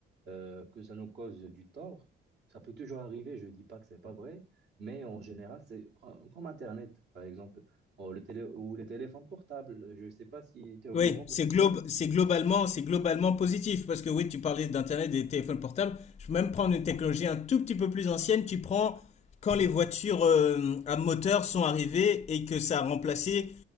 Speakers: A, on the right; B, on the left.
A: euh, que ça nous cause du tort. Ça peut toujours arriver. Je dis pas que c'est pas vrai, mais en général, c'est com- comme Internet, par exemple. Oh, le télé ou les téléphones portables. Je ne sais pas si tu es au
B: Oui,
A: courant,
B: c'est globe, c'est globalement, c'est globalement positif parce que oui, tu parlais d'internet et des téléphones portables. Je peux même prendre une technologie un tout petit peu plus ancienne. Tu prends quand les voitures euh, à moteur sont arrivées et que ça a remplacé